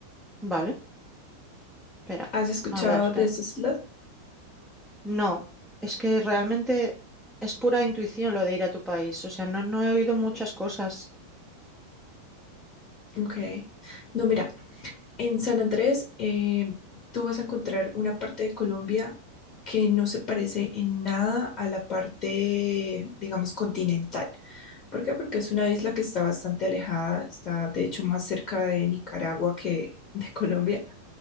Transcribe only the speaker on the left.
¿Has escuchado
de esas islas?
Ujú.
Ok. No, mira, En San Andrés, eh, tú vas a encontrar una parte de Colombia que no se parece en nada a la parte, digamos, continental. ¿Por qué? Porque es una isla que está bastante alejada, está de hecho más cerca de Nicaragua que de Colombia